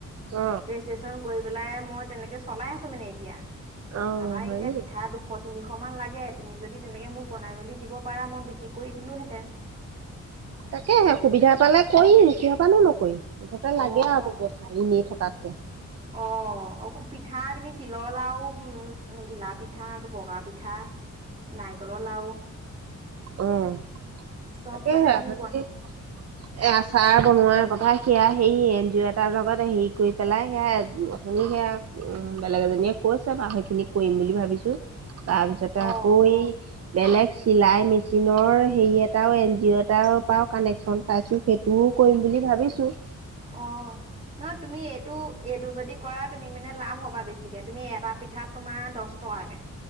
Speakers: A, on the right (about 50°); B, on the right (about 20°).
A: অ।
B: ছেচন কৰি পেলাই মই তেনেকে চলাই আছো মানে এতিয়া
A: অ',
B: আমাৰ
A: হয়
B: এতিয়া
A: নি?
B: পিঠা দু শ তিনিশমান লাগে তুমি যদি তেনেকৈ মোক বনাই মেলি দিব পাৰা মই বিক্ৰী কৰি দিলোহেঁতেন।
A: তাকেহে সুবিধা পালে কৰিম কিয়বানো নকৰিম মুঠতে লাগে
B: অ
A: আৰু
B: অ
A: ব্য ৱসায় এনে থকাতকৈ।
B: অ পিঠা তুমি তিলৰ লাৰু উম ঘিলা পি পিঠা আকৌ বগা পিঠা নাৰিকলৰ লাৰু
A: উম
B: চব
A: তাকেহে
B: মানে
A: <unintelligible>
B: তুমি বন
A: এ আচাৰ বনোৱাৰ কথা সেয়া সেই এন জি অ' এটাৰ লগত হেৰি কৰি পেলাই সেয়া অথনি সেয়া বেলেগ এজনীয়ে কৈছে বাৰু সেইখিনি কৰিম বুলি ভাবিছো তাৰপিছতে
B: অ অ
A: কি বেলেগ চিলাই মেচিনৰ হেৰি এটাও এন জি অ' এটাৰ পৰাও কানেকচন পাইছো সেইটো মইও কৰিম বুলি ভাবিছো।
B: অ নহয় তুমি এইটো এইটো যদি কৰা তুমি মানে লাভ হ'বা বেছিকে তুমি এটা পিঠাত তোমাৰ দহ টকাকে।